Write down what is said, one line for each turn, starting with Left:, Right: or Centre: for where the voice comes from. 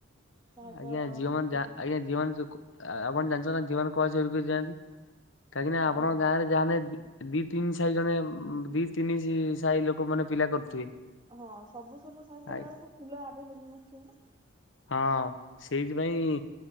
Right: ତା ସହିତ
Left: ଆଜ୍ଞା, ଝିଅ
Right: ପୂଜା
Left: ମାନେ ଯା ଆଜ୍ଞା ଝିଅ ମାନେ ସ ଆ ଆପଣ ଜାଣିଛନ୍ତି ନା ଝିଅମାନେ କଣ ପାଇଁ ଚୋରି କରି ଯାଆନ୍ତି କାହିଁକି ନା ଆପଣଙ୍କ
Right: ହଁ।
Left: ଗାଁରେ ଯାହା ଦି, ତିନି ସାହି ଜଣେ ଦି, ତିନି ସାହି ଲୋକ ମାନେ ପିଲା କରୁଥିବେ
Right: ହଁ, ସବୁ ସବୁ ସାଇ କଲା
Left: ଆଇ
Right: ବେଳକୁ ଫୁଲ ଆଭେଲେବୁଲ ନଥିବ ନା
Left: ହଁ, ସେଇଥିପାଇଁ